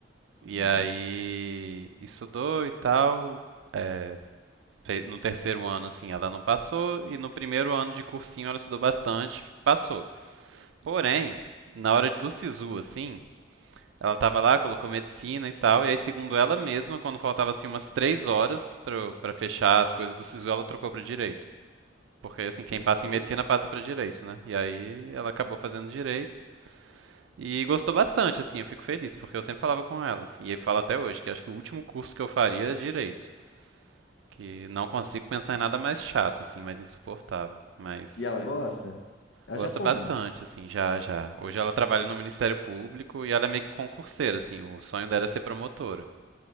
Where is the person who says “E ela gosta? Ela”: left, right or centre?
Left